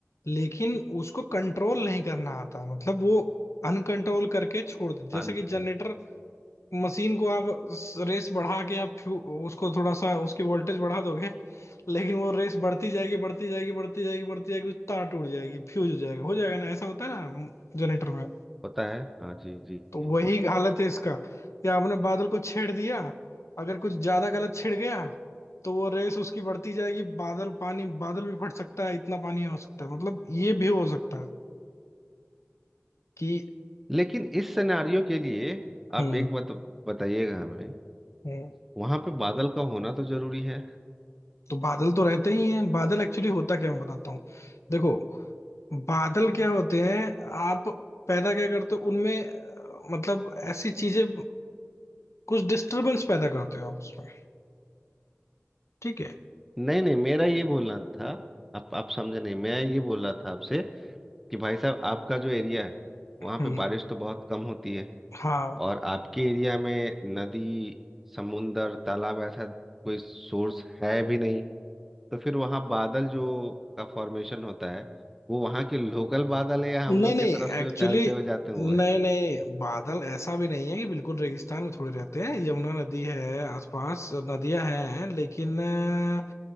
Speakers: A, on the left; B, in the centre.
A: लेकिन उसको कंट्रोल नहीं करना आता मतलब वो अनकंट्रोल करके छोड़ देते जैसे
B: हाँ,
A: कि
B: न-
A: जनरेटर मशीन को आप रेस बढ़ा के आप फ्यू- उसको थोड़ा सा उसकी वोल्टेज बढ़ा दोगे लेकिन वो रेस बढ़ती जाएगी बढ़ती जाएगी बढ़ती जाएगी बढ़ती जाएगी तार टूट जाएगी फ्यूज हो जाएगा हो जाएगा ना ऐसा होता है ना जनरेटर में
B: होता है हाँ जी जी
A: तो
B: जी
A: वही हालत है इसका या हमने बादल को छेड़ दिया अगर कुछ ज्यादा गलत छिड़ गया तो वो रेस उसकी बढ़ती जाएगी बादल पानी बादल भी फट सकता है इतना पानी हो सकता है मतलब ये भी हो सकता है कि
B: लेकिन इस सिनेरियो के लिए आप
A: हम्म
B: एक बात बताइएगा हमें
A: हम्म
B: वहां पे बादल का होना तो जरूरी है
A: तो बादल तो रहते ही हैं बादल एक्चुअली होता क्या मैं बताता हूँ देखो बादल क्या होते हैं आप पैदा क्या करते हो उनमें अ, मतलब ऐसी चीजें कुछ डिस्टरबेंस पैदा करते हो आप उसमें ठीक है
B: नहीं नहीं मेरा ये बोलना था आप आप समझे नहीं मैं ये बोल रहा था आपसे कि भाई साहब आपका जो एरिया है वहां
A: हम्म
B: पे बारिश तो बहुत कम होती है
A: हाँ
B: और आपके एरिया में नदी समुंदर तालाब ऐसा कोई सोर्स है भी नहीं तो फिर वहाँ बादल जो का फॉर्मेशन होता है वो वहाँ के लोकल बादल है या
A: नहीं
B: हम लोग
A: नहीं
B: की तरफ से
A: एक्चुअली
B: जो टहलते हुए जाते हैं वो है
A: नहीं नहीं बादल ऐसा भी नहीं है कि बिल्कुल रेगिस्तान में थोड़े रहते हैं यमुना नदी है आसपास नदियां हैं लेकिन अ,